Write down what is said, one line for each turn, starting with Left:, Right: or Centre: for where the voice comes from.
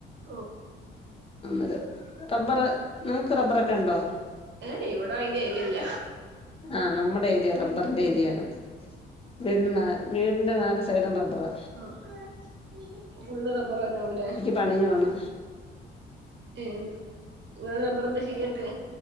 Right: ഓഹ്
Left: അത് റബ്ബറ് ഇങ്ങക്ക് റബ്ബറൊക്കെയുണ്ടോ
Right: ഏയ് ഇവിടെ അയിന്റെ ഏരിയ അല്ല
Left: ആഹ് നമ്മടെ ഏരിയ റബ്ബറിന്റെ ഏരിയേണ് വീടിന്നെ വീടിന്റെ നാല് സൈഡും റബ്ബറാ
Right: ആഹ് ഫുള്ള് റബ്ബറാന്നാവും ലെ
Left: പണിയും ആണ്
Right: ഏയ് ഇങ്ങള് റബ്ബറ് എന്താ ചെയ്യന്ന്ട്ട്